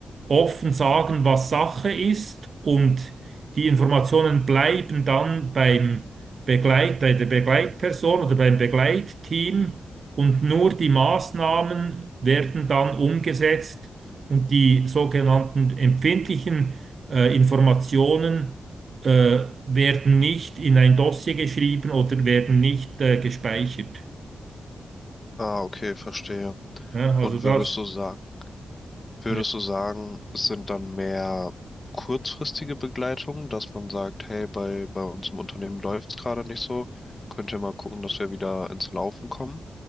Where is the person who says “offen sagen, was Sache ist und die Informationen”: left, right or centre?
Right